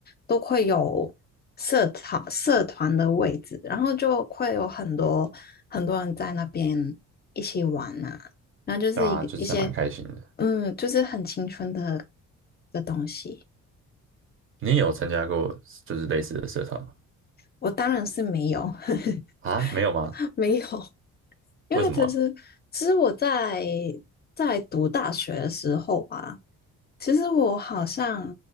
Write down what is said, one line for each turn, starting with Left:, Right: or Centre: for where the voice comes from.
Left: 都会有社团社团的位置，然后就会有很多很多人在那边一起玩呐。然后就是一个一些
Right: 对啊，就是还蛮开心的。
Left: 嗯，就是很青春的的东西。
Right: 你也有参加过就是类似的社团吗？
Left: 我当然是没有，<laughs>
Right: 啊，没有吗？
Left: <laughs> 没有，因为其实其实我在
Right: 为什么
Left: 在读大学的时候啊，其实我好像